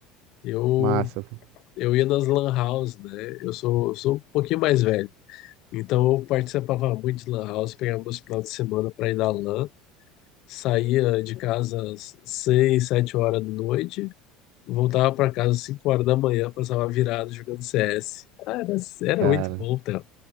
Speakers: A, on the left (about 60°); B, on the right (about 70°).
A: Eu,
B: massa, pô.
A: eu ia nas lan house, né? Eu sou, eu sou um pouquinho mais velho. Então eu participava muito de lan house, pegava meus finais de semana para ir na lan, saía de casa às 6, 7 horas da noite, voltava para casa às 5 horas da manhã, passava virado jogando CS. Cara, era
B: cara,
A: muito bom, Theo.